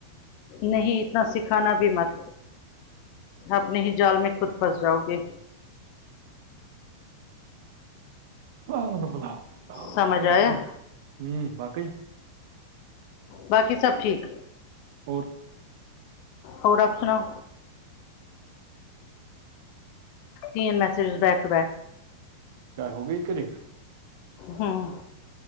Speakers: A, on the left; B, on the right.
A: نہیں اتنا سیکھانا بھی مت اپنے ہی جال میں خود پھنس جاؤ گے
B: ہ ر بلام رام
A: سمجھ
B: باقی
A: آیا
B: ہوں باقی <unintelligible>
A: باقی سب ٹھیک
B: اور
A: اور آپ سناؤ یہ میسج بیک ٹو بیک
B: چاہے ہو گئی تیری
A: ہوں